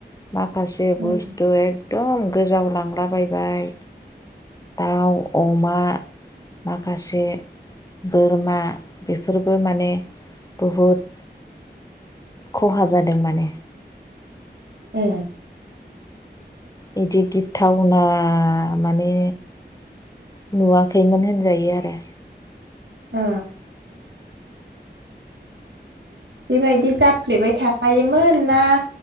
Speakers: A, on the left; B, on the right.
A: माखासे बुस्थु
B: ओं
A: एक दम गोजाव लांलाबायबाय दाउ अमा माखासे बोरमा बेफोरबो माने बुहुद खहा जादों माने
B: ए
A: बिदि गिथावना माने नुवाखैमोन होनजायो आरो
B: औ बेबायदि जाफ्लेबाय थाखायोमोन ना